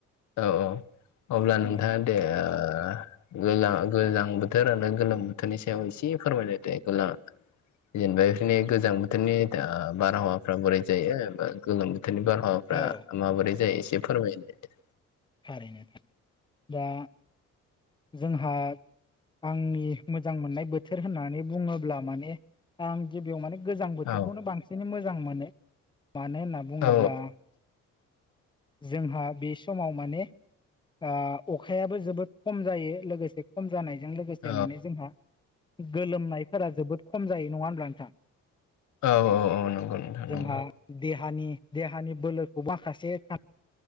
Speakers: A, on the left; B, on the left.
A: औ औ अब्ला नोंथांङा
B: दा
A: दे ओ लोला गोजां बोथोर आरो गोलोम बोथोरनि सायाव एसे फोरमायलाय दे गोला <unintelligible> ने गोजां बोथोरनि आ बारहावाफ्रा बोरै जायो बा गोलोम बोथोरनि बारहावाफ्रा
B: औ
A: माबोरै जायो एसे फोरमायदो।
B: थारैनो थायो दा जोंहा आंनि मोजां मोननाय बोथोर होननानै बुंङोब्ला माने आं गिबियाव माने गोजां बोथोरखौनो
A: औ
B: बांसिनै मोजां मोनो। मानो होनना बुङोब्ला
A: औ
B: जोंहा बे समाव माने आ अखायाबो जोबोद खम जायो। लोगोसे खम जानायजों लोगोसे
A: औ
B: माने जोंहा गोलोमनायफोरा जोबोद खम जायो। नंङा होनब्ला नोंथां?
A: औ औ। नंगौ नोंथां
B: जोंहा
A: नंगौ
B: देहानि देहानि बोलोखौ माखासे खा